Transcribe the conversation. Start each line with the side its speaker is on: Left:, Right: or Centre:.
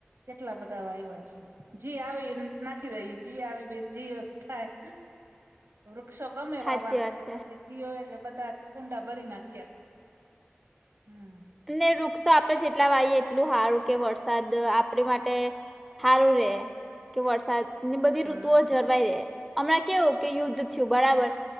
Right: કેટલા બધા વાયવા છે જી આવે નાખી દયે જી આવે બી જી થાય.
Centre: <unintelligible> <inaudible>
Right: વૃક્ષો ગમે
Centre: સાચી
Right: વાવવાના
Centre: વાત
Right: એટલે
Centre: છે
Right: પછી કીયો એટલે બધા કુંડા ભરી નાખ્યા હમ્મ.
Centre: ને વૃક્ષો આપણે જેટલા વાઈએ એટલું હારું કે વરસાદ આપણી માટે હારું રે કે વરસાદ બધી
Right: હમ
Centre: ઋતુઓ જરવાઈ રે, હમણાં કેવું કે યુદ્ધ થયું બરાબર.